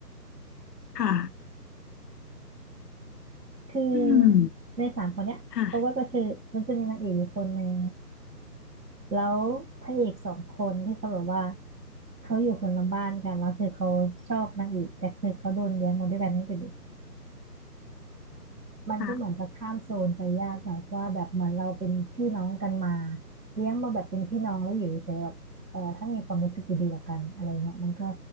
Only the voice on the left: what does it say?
ค่ะ
อืม
ค่ะ
ค่ะ